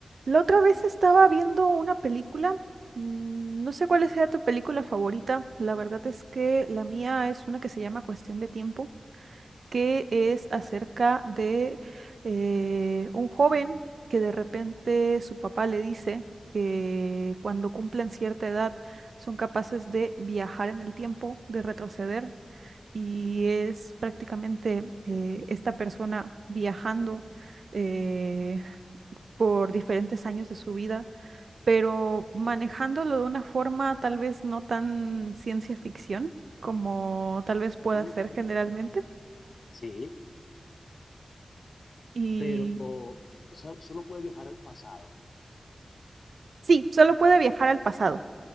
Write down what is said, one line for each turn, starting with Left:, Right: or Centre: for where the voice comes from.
Right: La otra vez estaba viendo una película, mm, no sé cuál sea tu película favorita, la verdad es que la mía es una que se llama Cuestión de Tiempo, que es acerca de eh, un joven que de repente su papá le dice que cuando cumplen cierta edad son capaces de viajar en el tiempo, de retroceder, y es prácticamente eh, esta persona viajando eh, por diferentes años de su vida pero manejándolo de una forma tal vez no tan ciencia ficción como tal vez pueda
Left: Sí,
Right: ser generalmente.
Left: sí,
Right: Y
Left: pero o sea, solo puede viajar al pasado.
Right: sí, solo puede viajar al pasado.